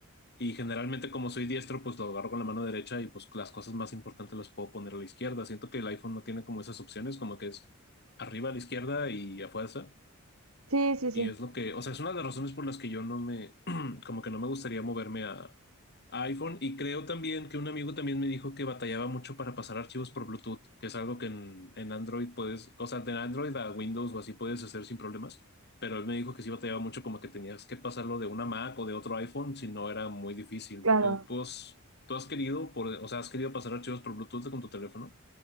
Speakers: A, on the left; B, on the right.
A: Y generalmente como soy diestro, pues lo agarro con la mano derecha y pues las cosas más importantes las puedo poner a la izquierda. Siento que el iPhone no tiene como esas opciones, como que es arriba a la izquierda y a fuerza.
B: sí, sí,
A: Y
B: sí,
A: es lo que, o sea, es una de las razones por las que yo no me, <clears throat> como que no me gustaría moverme a, a iPhone. Y creo también que un amigo también me dijo que batallaba mucho para pasar archivos por Bluetooth, que es algo que en, en Android puedes, o sea, de Android a Windows o así puedes hacer sin problemas. Pero él me dijo que sí batallaba mucho como que tenías que pasarlo de una Mac o de otro iPhone, si no era muy difícil.
B: claro.
A: ¿Tú, tú has, tú has querido, por, o sea, has querido pasar archivos por Bluetooth con tu teléfono?